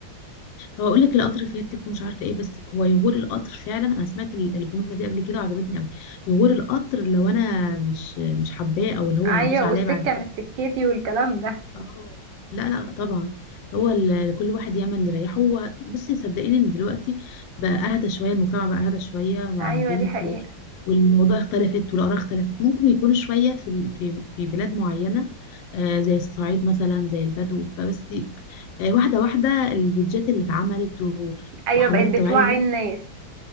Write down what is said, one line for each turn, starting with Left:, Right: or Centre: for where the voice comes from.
Left: هو اقول لك القطر فاتك ومش عارفه ايه بس هو يغور القطر فعلا انا سمعت ال- الجمله دي قبل كده وعجبتني قوي يغور القطر لو انا مش مش حباه او اللي هو
Right: ايوه
Left: هيدوس عليا
Right: والسكه
Left: بعد
Right: من
Left: كده
Right: سكتي والكلام ده
Left: اه لا لا طبعا هو ال- كل واحد يعمل اللي يريحه هو بصي صدقيني ان دلوقتي بقى اهدى شويه المجتمع بقى اهدى شويه مع
Right: ايوه
Left: البنت
Right: دي حقيقه
Left: و... والموضوع اختلفت والاراء اختلفت ممكن يكونوا شويه في ال- في في بلاد معينه آه زي الصعيد مثلا زي البدو بس آه واحده واحده البيدجات اللي اتعملت و...
Right: ايوه
Left: وحملات
Right: بقت
Left: التوعيه
Right: بتوعي
Left: لل-
Right: الناس